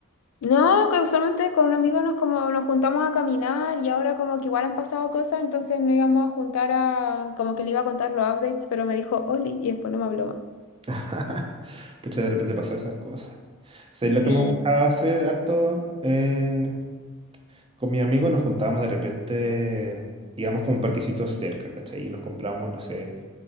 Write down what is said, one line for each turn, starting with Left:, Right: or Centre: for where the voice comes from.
Left: No, que usualmente con un amigo nos como nos juntamos a caminar y ahora como que igual han pasado cosas, entonces no íbamos a juntar a, como que le iba a contar los updates, pero me dijo Oli y después no me habló más.
Right: <laughs> Pucha, de repente pasan esas cosas. ¿Sabes
Left: Sí.
Right: lo que me gustaba hacer harto? Eh, con mi amigo nos juntábamos de repente, íbamos con un parquecito cerca, ¿cachai? Y nos compramos, no sé,